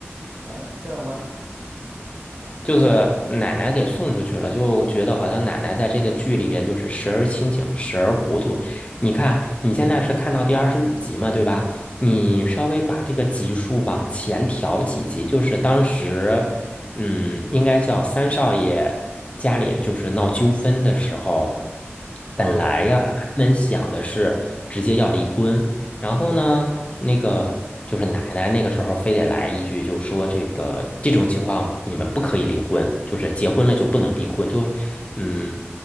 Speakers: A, on the right; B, on the left.
A: 啊，这样吗？
B: 就是奶奶给送出去了，就觉得好像奶奶在这个剧里边就是时而清醒，时而糊涂。你看，你现在是看到第二十五集嘛，对吧？你稍微把这个集数往前调几集，就是当时，嗯，应该叫三少爷家里就是闹纠纷的时候，
A: 哦，
B: 本来呀，他们想的是直接要离婚，然后呢，那个就是奶奶那个时候非得来一句，就说这个这种情况你们不可以离婚，就是结婚了就不能离婚，就是嗯，